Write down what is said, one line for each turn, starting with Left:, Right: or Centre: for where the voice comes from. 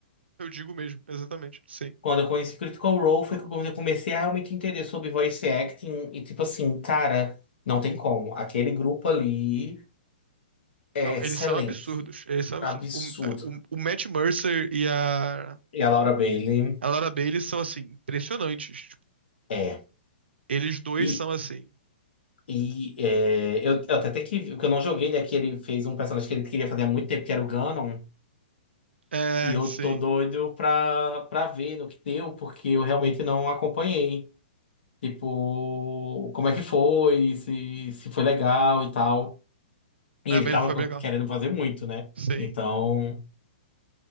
Right: Eu digo mesmo, exatamente. Sim.
Left: Quando eu conheci Critical Role foi que eu comecei a realmente entender sobre voice acting e tipo assim, cara, não tem como. Aquele grupo ali é
Right: Não,
Left: excelente.
Right: eles são absurdos. Eles são absurdos.
Left: Absurdo.
Right: O, o, o Matt Mercer e a,
Left: E a Laura Bailey
Right: a Laura Bailey são, assim, impressionantes. Tipo,
Left: é.
Right: eles dois
Left: E,
Right: são assim.
Left: e é, eu, eu até tenho que. O que eu não joguei, né? Que ele fez um personagem que ele queria fazer há muito tempo, que era o Ganon.
Right: É,
Left: E eu
Right: sim.
Left: tô doido pra, pra ver no que deu, porque eu realmente não acompanhei. Tipo, como é que foi, se, se foi legal e tal. E
Right: A
Left: ele
Right: Bailey
Left: tava
Right: foi bem legal.
Left: querendo fazer muito, né?
Right: Sim.
Left: Então,